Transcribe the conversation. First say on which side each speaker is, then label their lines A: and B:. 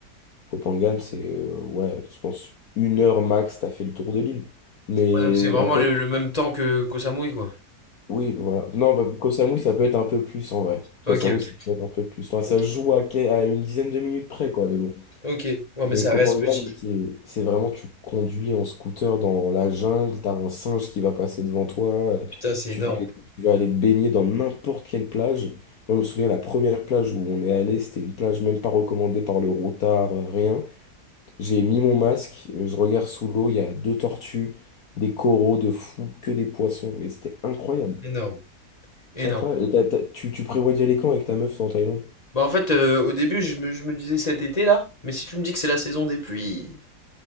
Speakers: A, on the left; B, on the left.
A: Kopangan, c'est euh, ouais, je pense une heure max, t'as fait le tour de l'île. Mais
B: Ouais, donc c'est vraiment
A: en fait,
B: le, le même temps que qu'au Samui, quoi.
A: oui, voilà. Non, bah, Koh Samui, ça peut être un peu plus en vrai.
B: Ok,
A: Koh Samui,
B: ok.
A: ça peut être un peu plus. Enfin,
B: Ok.
A: ça se joue à, que- à une dizaine de minutes près, quoi. Mais bon.
B: Ok. Ouais, mais
A: Mais
B: ça
A: Kopangan,
B: reste petit.
A: c'est c'est vraiment, tu conduis en scooter dans la jungle, t'as un singe qui va passer devant toi, euh,
B: Putain, c'est
A: tu
B: énorme.
A: vas aller, tu vas aller te baigner dans n'importe quelle plage. Moi, je me souviens, la première plage où on est allé, c'était une plage même pas recommandée par le routard, euh, rien. J'ai mis mon masque, euh, je regarde sous l'eau, il y a deux tortues, des coraux de fous, que des poissons, mais c'était incroyable.
B: Énorme. Énorme.
A: C'est incroyable. Et t'as- t'as- tu, tu prévois d'y aller quand avec ta meuf toi, en Thaïlande?
B: Bah, en fait, euh, au début, je me, je me disais cet été là, mais si tu me dis que c'est la saison des pluies,